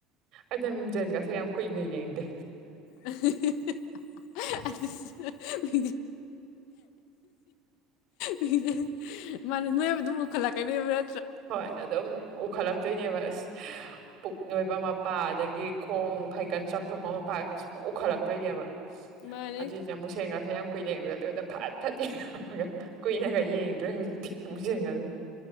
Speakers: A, on the right; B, on the left.
A: ꯑꯗꯣ ꯃꯤꯡꯖꯟꯒꯁꯦ ꯌꯥꯝ ꯀꯨꯏꯅ ꯌꯦꯡꯗꯦ
B: <unintelligible> ꯃꯤꯁꯦ ꯃꯥꯅꯦ ꯅꯣꯏꯕꯗꯝ ꯃꯨꯈꯠꯂꯛꯀ ꯅꯣꯏꯕ꯭ꯔꯥ
A: ꯍꯣꯏ ꯑꯗꯨꯝ ꯎꯈꯠꯂꯛꯇꯣꯏꯅꯦꯕ ꯑꯁ ꯄꯨꯛ ꯂꯣꯏꯕ ꯃꯄꯥ ꯑꯗꯒꯤ ꯈꯣꯡ ꯐꯩꯀ ꯄꯨ ꯊꯣꯛꯣꯄ ꯑꯃ ꯄꯥꯏꯒꯁꯦ ꯁꯨꯝ ꯎꯈꯠꯂꯛꯇꯣꯏꯅꯦꯕ
B: ꯃꯥꯅꯦ
A: ꯑꯗꯨꯏꯁꯦ ꯑꯃꯨꯛ ꯁꯦꯡꯒꯁꯦ ꯌꯥꯝ ꯀꯨꯏꯔ ꯌꯦꯕꯁꯗ ꯑꯗꯨꯗ ꯐꯠ ꯌꯦꯡꯉꯒ ꯀꯨꯏꯅꯒ ꯌꯦꯡꯗ꯭ꯔꯦ ꯍꯧꯖꯤꯛꯇꯤ ꯑꯃꯨꯛ ꯌꯦꯡꯉꯂꯦ